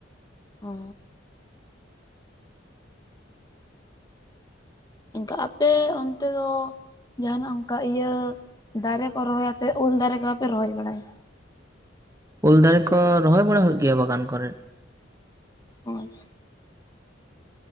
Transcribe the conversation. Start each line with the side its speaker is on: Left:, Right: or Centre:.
Left: ᱚ ᱚᱝᱠᱟ ᱟᱯᱮ ᱚᱱᱛᱮ ᱫᱚ ᱡᱟᱦᱟᱱᱟᱜ ᱚᱝᱠᱟ ᱤᱭᱟᱹ ᱫᱟᱨᱮ ᱠᱚ ᱨᱚᱦᱚᱭ ᱟᱛᱮᱜ ᱩᱞ ᱫᱟᱨᱮ ᱠᱚ ᱵᱟᱯᱮ ᱨᱚᱦᱚᱭ ᱵᱟᱲᱟᱭᱟ?
Right: ᱩᱞ ᱫᱟᱨᱮ ᱠᱚ ᱨᱚᱦᱚᱭ ᱵᱟᱲᱟ ᱦᱩᱭᱩᱜ ᱜᱮᱭᱟ ᱵᱟᱜᱟᱱ ᱠᱚᱨᱮ᱾
Left: ᱚ ᱟᱫᱟ